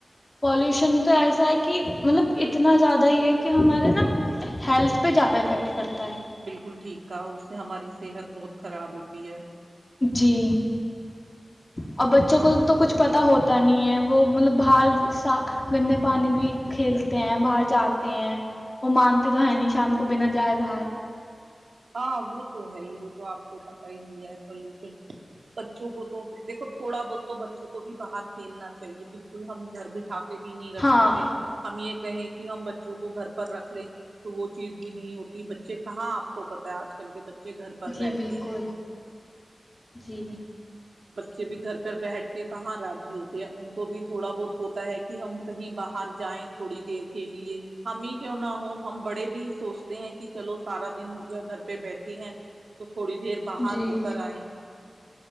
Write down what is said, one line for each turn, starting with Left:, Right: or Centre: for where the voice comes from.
Left: پالوشن تو ایسا ہے کہ مطلب اتنا زیادہ ہی ہے کہ ہمارے نا ہیلتھ پہ زیادہ افیکٹ کرتا ہے
Right: بالکل ٹھیک کا اس سے ہماری صحت بہت خراب ہوتی ہے
Left: جی اور بچوں کو تو کچھ پتا ہوتا نہیں ہے وہ مطلب باہرا گندے پانی بھی کھیلتے ہیں باہر جاتے ہیں وہ مانتے تو ہے نہیں شام کو بنا جائے باہر
Right: ہاں وہ تو ہے ہی وہ تو آپ کو پ ہی ہے پالوشن بچوں کو تو دیک تھوڑا بہت تو بچوں کو بھی باہر کھیلنا چاہیے ہم گھر بٹھ بھی نہیں رکھ
Left: ہاں
Right: سکتے ہم یہ کہیں کہ ہم بچوں کو گھر پر رکھ لیں تو وہ چیز بھی نہیں ہوتی ب ج کہا آ کو پتتا ہے آج کل کے بچے بچے گھر پر
Left: جی
Right: بیٹھتے
Left: بالکل
Right: ہیں
Left: جی
Right: بچے بھی گھر پر بیٹھ کے کہاں راضی ہوتے ہیں ان کو بھی تھوڑا بہت ہوتا ہے کہ ہم کہیں باہر جائیں تھوڑی دیر کے لیے ہم ہی کیوں نہ ہو ہم بڑے بھی سوچتے ہیں کہ چلو سارا دن ہو گیا گھر پہ بیٹھے ہیں تو تھ تھوڑی دیر باہر
Left: جی
Right: ہو کر آئے